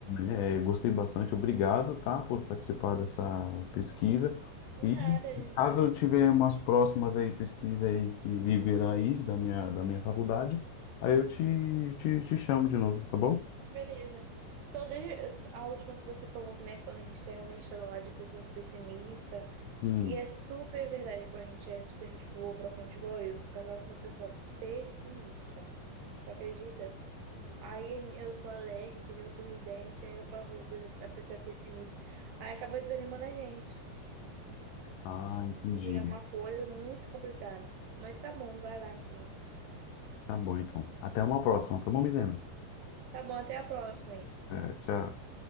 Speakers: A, on the left; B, on the right.
A: É, gostei bastante, obrigado, tá, por participar dessa pesquisa.
B: de
A: E
B: nada, de nada.
A: caso eu tiver umas próximas aí pesquisa aí que liberar aí da minha da minha faculdade, aí eu te, te, te chamo de novo, tá bom?
B: Beleza. Só deixa a última que você falou, né? Quando a gente tá realmente está do lado de pessoas pessimistas.
A: Sim.
B: E é super verdade quando a gente é super de boa pra frente, igual eu. Eu sou casada com uma pessoa pessimista. Tu acredita? Aí eu sou alegre, entendeu? Eu sou sorridente, aí eu falo qualquer coisa, a pessoa é pessimista. Aí acaba desanimando a gente.
A: Ah, entendi.
B: E é uma coisa muito complicada. Mas tá bom, vai lá, sim.
A: Tá bom, então. Até uma próxima, tá bom, Milena?
B: Tá bom, até a próxima aí.
A: É, tchau.